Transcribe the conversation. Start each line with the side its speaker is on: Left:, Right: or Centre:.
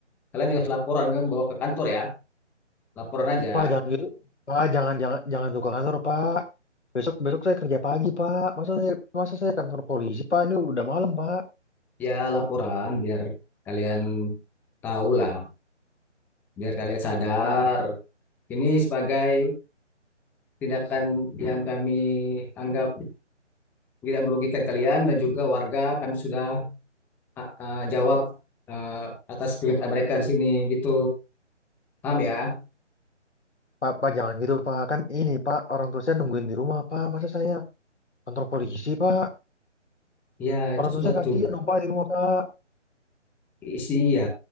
Centre: kalian harus laporan kan bawa ke kantor ya. Laporan aja.
Left: Pak, jangan gitu. Pak, jangan jangan jangan buka kantor, Pak. Besok besok saya kerja pagi, Pak. Masa saya, masa saya kantor polisi, Pak? Ini udah malam, Pak.
Centre: Ya, laporan biar kalian tahu lah, biar kalian sadar.
Left: Pak,
Centre: Ini sebagai tindakan yang kami anggap tidak merugikan kalian dan juga warga kami sudah ah, ah, jawab ah, atas perintah mereka di sini gitu. Paham ya?
Left: Pak, Pak, jangan gitu, Pak. Kan ini, Pak, orang tua saya nungguin di rumah, Pak. Masa saya kantor polisi, Pak?
Centre: Ya, itu
Left: Orang tua
Centre: sudah
Left: saya kasihan
Centre: tuh
Left: dong, Pak, di rumah, Pak.
Centre: Isi ya,